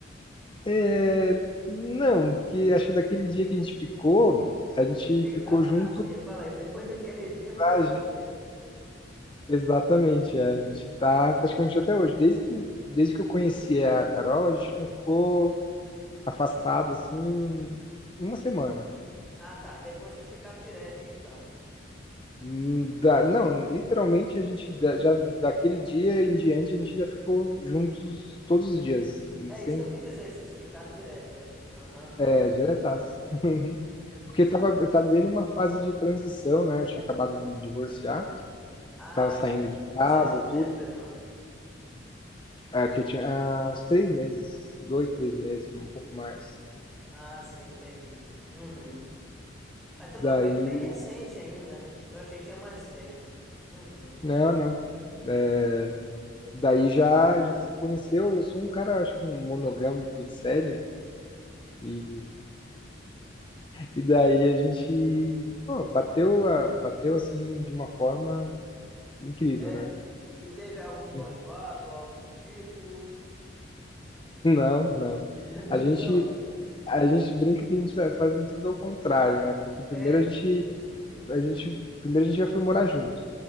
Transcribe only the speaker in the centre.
Vocês ficaram
pra sempre. Falei, depois daquele dia foi
<laughs> direto.
Ah, tá. Depois vocês ficaram direto, então.
É
isso que eu quis dizer, vocês ficaram direto, é. Aham. <laughs>
Ah,
sim.
Fazia
quanto
tempo, Pedrão?
Ah, sim, entendi. Uhum. Ah, então
tá bem, bem recente ainda, né? Eu achei que tinha mais tempo. Uhum.
É.
E teve algum noivado
algo do tipo?
Não teve,
não?
É.